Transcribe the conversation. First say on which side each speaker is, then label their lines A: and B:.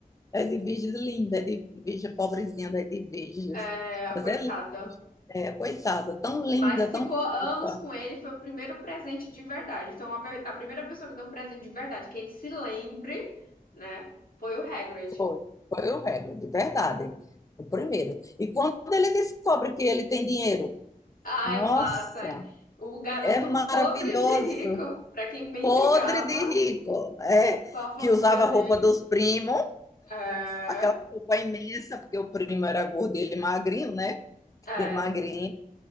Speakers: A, on the left; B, on the left.
A: é de virgens linda, é de virgem pobrezinha, é de virgens.
B: É, a
A: Mas
B: coitada.
A: é, linda, é, coitada, tão linda,
B: Mas ficou
A: tão
B: anos
A: fofa.
B: com ele, foi o primeiro presente de verdade. Então, a, pe- a primeira pessoa que deu um presente de verdade, que ele se lembre, né, foi o Hagrid.
A: Foi, foi o Hagrid, de verdade, o primeiro. E quando ele descobre que ele tem dinheiro,
B: Ai,
A: nossa,
B: massa! O garoto
A: é maravilhoso.
B: podre de rico, pra quem mendigava
A: podre de rico, é,
B: com a família
A: que usava a
B: dele.
A: roupa dos primos,
B: É,
A: aquela roupa imensa, porque o primo era gordo e ele magrinho, né?
B: é,
A: Bem magrinho.